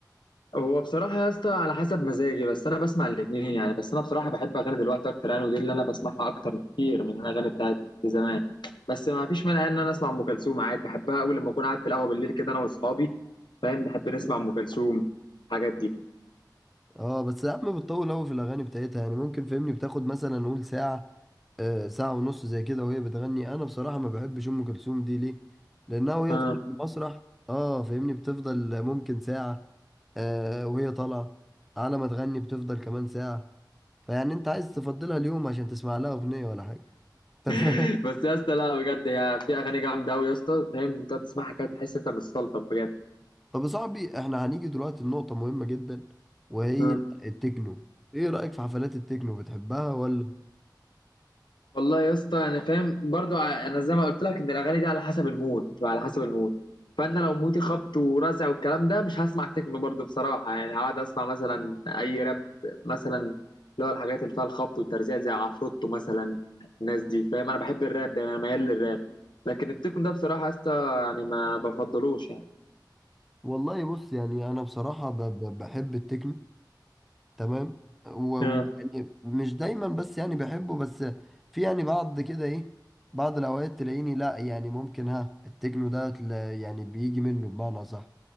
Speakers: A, on the left (about 75°); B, in the centre.
A: هو بصراحة يا اسطى على حسب مزاجي بس انا بسمع الاتنين يعني بس انا بصراحة بحب اغاني دلوقتي اكتر يعني ودي اللي انا بسمعها اكتر بكتير من الاغاني بتاعت زمان بس ما فيش مانع ان انا اسمع ام كلثوم عادي بحبها قوي لما اكون قاعد في القهوة بالليل كده انا واصحابي فاهم نحب نسمع ام كلثوم الحاجات دي
B: اه بس ساعات ما بتطول قوي في الاغاني بتاعتها يعني ممكن فهمني بتاخد مثلا نقول ساعه آه ساعه ونص زي كده وهي بتغني انا بصراحه ما بحبش ام كلثوم دي ليه لانها وهي
A: اه
B: طالعه في المسرح اه فهمني بتفضل ممكن ساعه آه وهي طالعه على ما تغني بتفضل كمان ساعه فيعني انت عايز تفضلها اليوم عشان تسمع لها اغنيه ولا حاجه انت
A: <laughs>
B: فاهم
A: بس يا اسطى لا بجد هي في اغاني جامدة قوي يا اسطى فاهم انت تسمعها كده تحس انت متسلطن بجد
B: <laughs> طب يا صاحبي احنا هنيجي دلوقتي لنقطه مهمه جدا وهي
A: آه.
B: التكنو ايه رايك في حفلات التكنو بتحبها ولا
A: والله يا اسطى انا فاهم برضو ع- انا زي ما قلت لك ان الاغاني دي على حسب المود بتبقى على حسب المود فانا لو مودي خبط ورزع والكلام ده مش هسمع تكنو برضو بصراحه يعني هقعد اسمع مثلا اي راب مثلا اللي هو الحاجات اللي فيها الخبط والترزيع زي عفروتو مثلا الناس دي فاهم انا بحب الراب ده انا ميال للراب لكن التكنو ده بصراحه يا اسطى يعني ما بفضلوش يعني
B: والله بص يعني انا بصراحه ب- ب- بحب التكنو تمام و
A: اه
B: و- يعني مش دايما بس يعني بحبه بس في يعني بعض كده ايه بعض الاوقات تلاقيني لا يعني ممكن ها التكنو ده تلا- يعني بيجي منه بمعنى صح